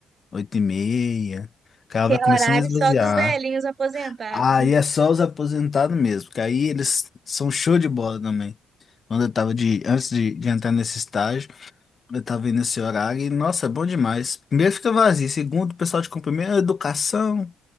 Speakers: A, on the left (about 40°); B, on the right (about 45°).
A: oito e meia Que ela
B: Que
A: vai
B: é
A: começando
B: horário
A: a esvaziar.
B: só dos velhinhos aposentados,
A: Aí
B: né?
A: é só os aposentados mesmo, que aí eles são show de bola também. Quando eu tava de, antes de, de entrar nesse estágio, eu tava vendo esse horário e, nossa, é bom demais. Primeiro fica vazio, segundo, o pessoal te cumprimenta, educação,